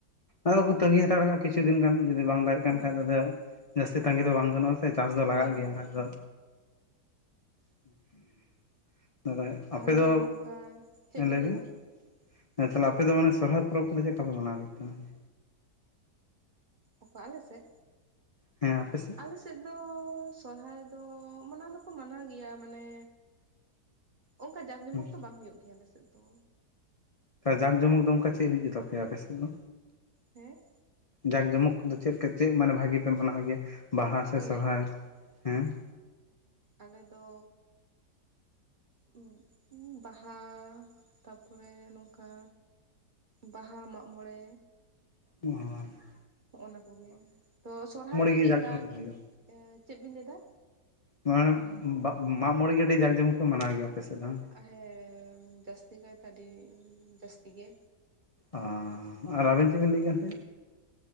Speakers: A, on the left; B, on the right.
A: ᱟᱫᱚ ᱠᱚ ᱛᱟᱺᱜᱤ ᱦᱟᱛᱟᱲᱠᱟᱜᱼᱟ ᱠᱤᱪᱷᱩ ᱫᱤᱱ ᱜᱟᱱ ᱡᱩᱫᱤ ᱵᱟᱝ ᱵᱟᱭᱼᱼ ᱠᱟᱱᱠᱷᱟᱡ
B: ᱦᱮᱸ
A: ᱫᱚ
B: ᱦᱮᱸ
A: ᱡᱮ ᱡᱟᱹᱥᱛᱤ
B: ᱦᱮᱸ
A: ᱛᱟᱺᱜᱤ
B: ᱦᱮᱸ
A: ᱫᱚ ᱵᱟᱝ ᱜᱟᱱᱚᱜᱼᱟ ᱥᱮ ᱪᱟᱥ ᱫᱚ ᱞᱟᱜᱟᱜ
B: ᱦᱮᱸ
A: ᱜᱮᱭᱟ
B: ᱦᱮᱸ
A: ᱦᱟᱜ ᱟᱫᱚ <unintelligible>
B: ᱛᱟᱦᱚᱞᱮ
A: ᱟᱯᱮ ᱫᱚ
B: ᱱᱚᱝᱠᱟ ᱪᱮᱫ
A: ᱞᱟᱹᱭ
B: ᱞᱟᱹᱭᱫᱟ
A: ᱵᱤᱱ ᱦᱮᱸ ᱛᱟᱦᱚᱞᱮ ᱟᱯᱮ ᱫᱚ ᱢᱟᱱᱮ ᱥᱚᱦᱨᱟᱭ ᱯᱚᱨᱚᱵᱽ ᱠᱚ ᱪᱮᱫ ᱞᱮᱠᱟ ᱯᱮ ᱢᱟᱱᱟᱣᱮᱜ ᱛᱟᱦᱮᱱᱟ
B: ᱚᱠᱟ ᱟᱞᱮ ᱥᱮᱜ
A: ᱦᱮᱸ ᱟᱯᱮ ᱥᱮᱫ
B: ᱟᱞᱮ ᱥᱮᱫ ᱫᱚ ᱥᱚᱨᱦᱟᱭ ᱫᱚ ᱢᱟᱱᱟᱣ ᱫᱚᱠᱚ ᱢᱟᱱᱟᱣ ᱜᱮᱭᱟ ᱢᱟᱱᱮᱼᱼ ᱚᱝᱠᱟ ᱡᱟᱠᱼᱡᱚᱢᱚᱠ
A: ᱦᱮᱸ
B: ᱫᱚ ᱵᱟᱝ ᱦᱩᱭᱩᱜ ᱜᱮᱭᱟ ᱟᱞᱮ ᱥᱮᱫ ᱫᱚ
A: ᱡᱟᱠ ᱡᱚᱢᱚᱠ ᱫᱚ ᱚᱝᱠᱟ ᱪᱮᱫ ᱦᱩᱭᱩᱜ ᱛᱟᱯᱮᱭᱟ ᱟᱯᱮ ᱥᱮᱫ ᱫᱚ
B: ᱦᱮᱸ
A: ᱡᱟᱜᱽ ᱡᱚᱢᱚᱠ ᱫᱚ ᱪᱮᱫ ᱞᱮᱠᱟ ᱪᱮᱫ ᱢᱟᱱᱮ ᱵᱷᱟᱹᱜᱤ ᱯᱮ ᱢᱟᱱᱟᱣ ᱜᱮᱭᱟ ᱵᱟᱦᱟ ᱥᱮ
B: ᱟᱞᱮ
A: ᱥᱚᱨᱦᱟᱭ ᱦᱮᱸ
B: ᱟᱞᱮ ᱫᱚ <unintelligible> ᱵᱟᱦᱟ ᱛᱟᱨᱯᱚᱨᱮ ᱱᱚᱝᱠᱟ ᱵᱟᱦᱟ ᱢᱟᱜᱢᱚᱬᱮ
A: ᱚᱸ <unintelligible>
B: ᱱᱚᱜᱼᱱᱚᱣᱟ ᱠᱚᱜᱮ ᱛᱚ ᱥᱚᱨᱦᱟᱭ ᱫᱚ
A: ᱜᱮ
B: ᱪᱮᱫ
A: ᱡᱟᱠ
B: ᱞᱮᱠᱟ
A: ᱡᱚᱢᱚᱠ ᱦᱩᱭᱩᱜᱼᱟ
B: ᱮᱸ ᱪᱮᱫ ᱵᱤᱱ ᱞᱟᱹᱭ ᱮᱫᱟ
A: ᱢᱟᱱᱮ ᱵᱟᱜ ᱢᱟᱜ ᱢᱚᱬᱮ ᱜᱮ ᱟᱹᱰᱤ ᱡᱟᱠ ᱡᱚᱢᱚᱠ ᱯᱮ ᱢᱟᱱᱟᱣ ᱜᱮᱭᱟ ᱟᱯᱮ ᱥᱮᱫ ᱫᱚ ᱦᱚᱸ
B: ᱦᱮᱸ ᱡᱟᱹᱥᱛᱤ ᱠᱟᱭ ᱛᱮ ᱟᱹᱰᱤ ᱡᱟᱹᱥᱛᱤ ᱜᱮ
A: ᱟᱸᱻ ᱟᱨ ᱟᱹᱵᱤᱱ ᱪᱮᱫ ᱵᱤᱱ ᱞᱟᱹᱭᱮᱫ ᱠᱟᱱ ᱦᱟᱱᱛᱮ